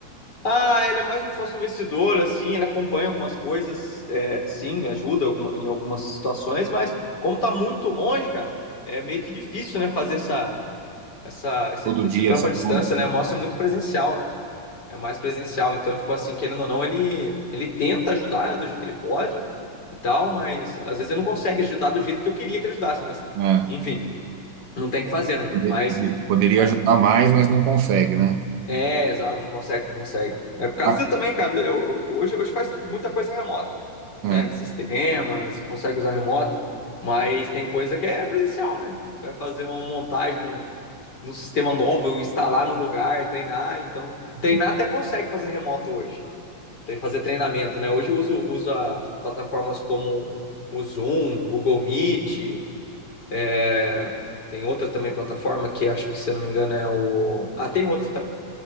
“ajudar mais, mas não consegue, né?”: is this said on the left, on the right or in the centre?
Right